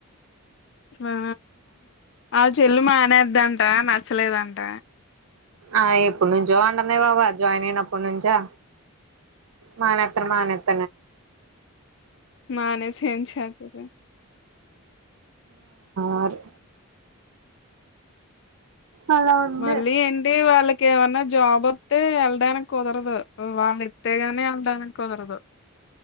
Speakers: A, on the left; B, on the right.
A: ఆ ఆ చెల్లు మానేద్దంట నచ్చలేదంట
B: ఆ ఎప్పుడు నుంచో అంటందె బాబు అ జాయిన్ అయినప్పుడు నుంచా మానేత్ర మానేత్ర
A: మానేసి ఏం చెత్తది
B: ఆరు అలా ఉంది
A: మళ్ళీ ఏంటి వాళ్ళకి ఏమన్నా జాబ్ వస్తే డానికి కుదరదు వాళ్ళ ఎస్తతేగానే వేలడానికి కుదరదు